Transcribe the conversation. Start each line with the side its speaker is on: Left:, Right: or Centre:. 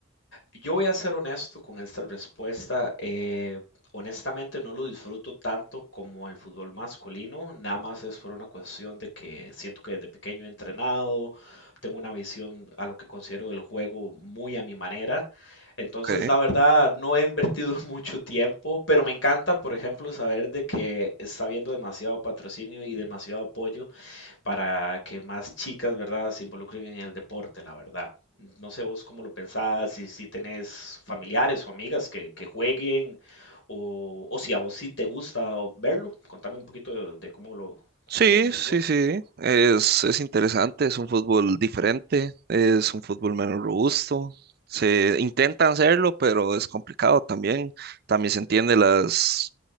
Left: Yo voy a ser honesto con esta respuesta. eh, honestamente no lo disfruto tanto como el fútbol masculino. Nada más es por una cuestión de que siento que desde pequeño he entrenado, tengo una visión a lo que considero del juego muy a mi manera. Entonces,
Right: Ok.
Left: la verdad, no he invertido <laughs> mucho tiempo, pero me encanta, por ejemplo, saber de que está habiendo demasiado patrocinio y demasiado apoyo para que más chicas, ¿verdad?, se involucren en el deporte, la verdad. No sé vos cómo lo pensás, si, si tenés familiares o amigas que, que jueguen, o, o si a vos sí te gusta o- verlo. Contame un poquito de, de cómo lo,
Right: Sí,
Left: lo vivís
Right: sí,
Left: vos.
Right: sí, es, es interesante, es un fútbol diferente, es un fútbol menos robusto. Se intentan hacerlo, pero es complicado también. También se entiende las